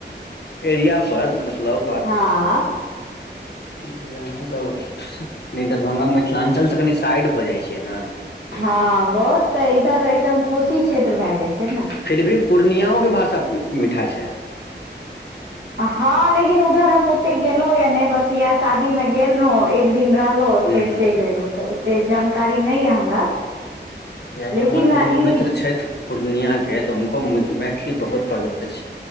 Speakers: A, on the left (about 60°); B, on the right (about 85°).
A: एरिया पर, मतलब बात।
B: हँ <inaudible>
A: जे अहाँ सभ दरभंगा, मिथिलांचलसँ कनि साइड भऽ जाइ छियै ने।
B: हँ, बहुत इधर एकदम कोशी क्षेत्र भऽ जाइ छै ने।
A: फेरो पूर्णियाक भाषा मीठा छै।
B: हँ, लेकिन उधर हम ओते गेलहुँ या नहि, बस ई शादीमे गेल रहौ। एक दिन रहलहुँ,
A: ह
B: फेर चलि एलहुँ तऽ ओते जानकारी नहि अछि हमरा।
A: कियाकि
B: लेकिन
A: हमर एगो-दुगो
B: ई
A: मित्र छथि। पूर्णियाके तऽ हुनको मैथिली बहुत पवित्र छै।